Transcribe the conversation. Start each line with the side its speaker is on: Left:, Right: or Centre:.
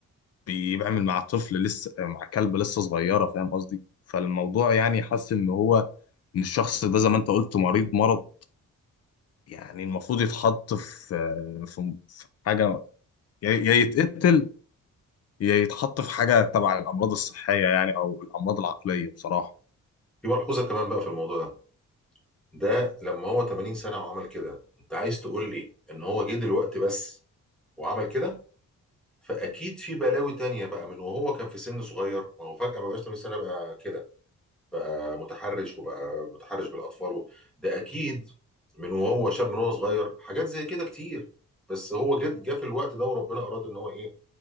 Left: بي- بيعمل مع طفل لسه مع كلب لسه صغيره فاهم قصدي فالموضوع يعني حاسس ان هو ان الشخص ده زي ما انت قلت مريض مرض يعني المفروض يتحط في في في حاجه يا يا يتقتل يا يتحط في حاجه تبع الامراض الصحيه يعني او الامراض العقليه بصراحه
Centre: في ملحوظة كمان بقى في الموضوع ده ده لما هو 80 سنة وعمل كده انت عايز تقول لي ان هو جه دلوقتي بس وعمل كده فاكيد في بلاوي تانية بقى من وهو كان في سن صغير ما هو فجأة ما بقاش 80 سنة بقى كده بقى متحرش وبقى متحرش بالاطفال و- ده اكيد من وهو شاب من وهو صغير حاجات زي كده كتير بس هو جه جه في الوقت ده وربنا اراد ان هو ايه